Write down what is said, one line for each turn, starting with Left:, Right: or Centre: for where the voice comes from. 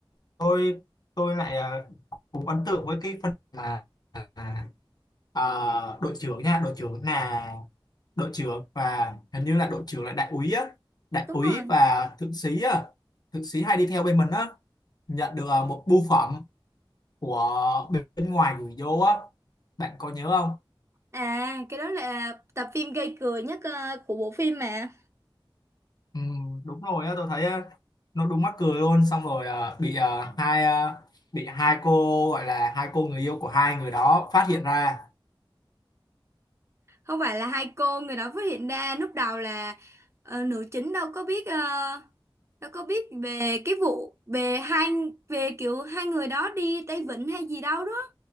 Left: tôi tôi lại à, cũng ấn tượng với cái phần mà à, à, đội trưởng nha đội trưởng là đội trưởng và hình như là đội trưởng là đại úy á đại
Right: đúng
Left: úy
Right: rồi
Left: và thượng sĩ á thượng sĩ hay đi theo bên mình á nhận được à, một bưu phẩm của bên ngoài gửi vô á bạn có nhớ không
Right: à cái đó là tập phim gây cười nhất ờ, của bộ phim mà
Left: ừ, đúng rồi á tôi thấy á, nó đúng mắc cười luôn xong rồi à, bị à, hai à, bị hai cô gọi là hai cô người yêu của hai người đó phát hiện ra
Right: không phải là hai cô người đó phát hiện ra lúc đầu là ờ, nữ chính đâu có biết ờ, đâu có biết về cái vụ về hai về kiểu hai người đó đi Tây Vịnh hay gì đâu đó